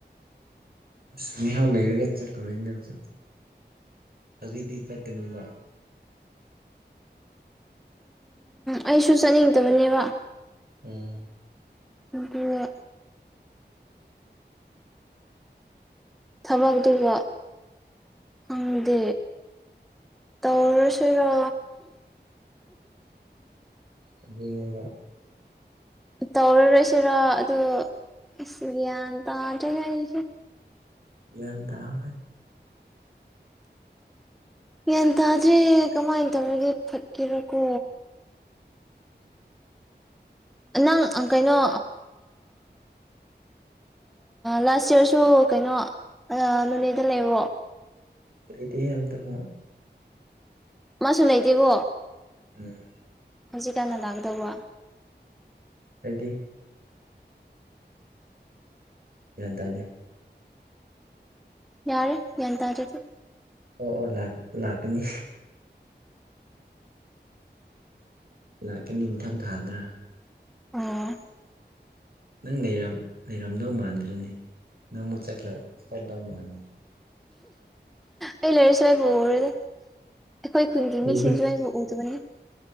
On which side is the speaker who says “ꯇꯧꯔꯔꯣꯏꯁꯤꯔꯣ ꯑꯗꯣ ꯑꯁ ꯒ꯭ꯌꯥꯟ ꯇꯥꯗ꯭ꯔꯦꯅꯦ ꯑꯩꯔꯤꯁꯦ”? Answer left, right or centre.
Centre